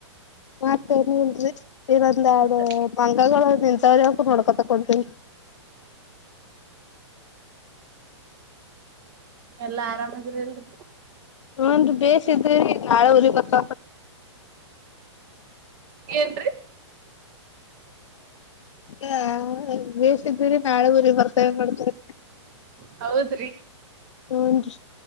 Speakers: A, on the left; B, on the right.
A: ಮತೇ ನೀ ಇಲ್ರಿ ಇನ್ನೊಂದ ಎರಡು
B: ಊಟ
A: ಬಂಗ ಲೂ ನೀ ಸರಿ ಯಕ ನೋಡ್ಕೊತಕ್ಕತೀಿ
B: ಎಲ್ಲಾ ಆರಾಮದ್ರ ಇಲ್ರಿ
A: ಹನ್ ಬೇಸ್ ಇದ್ರಿ ನಾಳೆ ಉರಿ ಗೊತ್ತ
B: ಏನ್ೀ
A: ಹ ಬೇಸ್ಿದ್ದೀರಿ ನಾಳೆ ಊರಿ ಬರ್ತ ಏನ್ ಮಾಡ್ತಾರೆ
B: ಹೌದ್ರಿ
A: ಹೂನ್ರಿ